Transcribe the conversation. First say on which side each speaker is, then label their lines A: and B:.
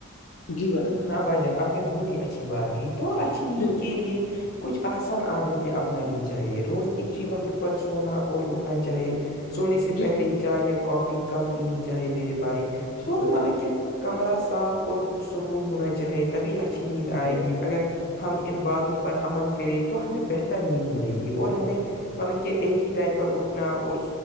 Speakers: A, on the left; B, on the left.
A: جی بھائی جان
B: بھاجن آپ نے بہت ہی اچھی بات کی تو اچھی نیند
A: بالکل
B: کے لیے کچھ آسان عادتیں اپنانی چاہیے روز ایک ہی
A: جی
B: وقت پر سونا اور اٹھنا چاہیے سونے سے
A: جی
B: پہلے چائے یا کافی کم پینی چاہے میرے بائی
A: جی
B: تو
A: بھائی
B: مل
A: جان
B: کیا کمرہ صاف اور پرسکون ہونا چاہے تبھی اچھی نیند
A: جی
B: آئے
A: بھائی
B: گی
A: جان
B: اگر ہم ان باتوں پر عمل کریں تو ہمیں بہتر نیند ملے گی اور ہمیں مطلب کہ ایک ہی ٹائم پر اٹھنا اور